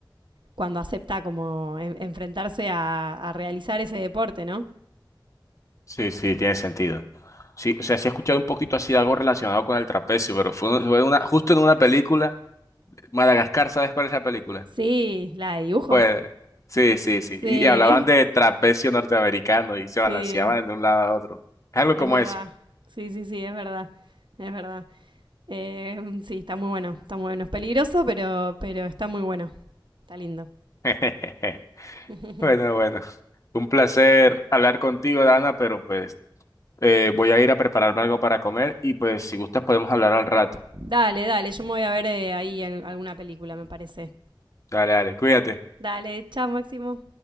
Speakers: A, on the right; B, on the left.
A: cuando acepta como en- enfrentarse a, a realizar ese deporte, ¿no?
B: Sí, sí, tiene sentido. Sí, o sea, sí he escuchado un poquito así de algo relacionado con el trapecio, pero fue, fue una, justo en una película, Madagascar, ¿sabes cuál es la película?
A: Sí, la de dibujos.
B: Pues, sí, sí, sí.
A: Sí,
B: Y, y hablaban de trapecio norteamericano y se
A: <laughs>
B: balanceaban
A: sí,
B: de un lado a otro. Es algo
A: es
B: como
A: verdad.
B: eso.
A: Sí, sí, sí, es verdad. Es verdad. Eh, sí, está muy bueno, está muy bueno. Es peligroso, pero, pero está muy bueno. Está lindo.
B: <laughs>
A: <laughs>
B: Bueno, bueno. Un placer hablar contigo, Dana, pero pues eh, voy a ir a prepararme algo para comer y pues si gustas podemos hablar al rato.
A: dale, dale, yo me voy a ver eh, ahí al- alguna película, me parece.
B: Dale, dale, cuídate.
A: Dale, chao, Máximo.